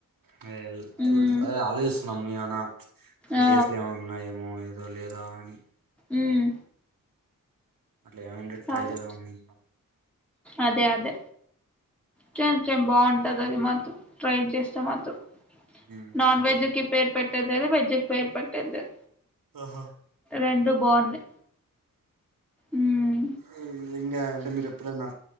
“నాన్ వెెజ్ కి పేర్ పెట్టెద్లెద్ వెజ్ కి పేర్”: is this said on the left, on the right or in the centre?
Centre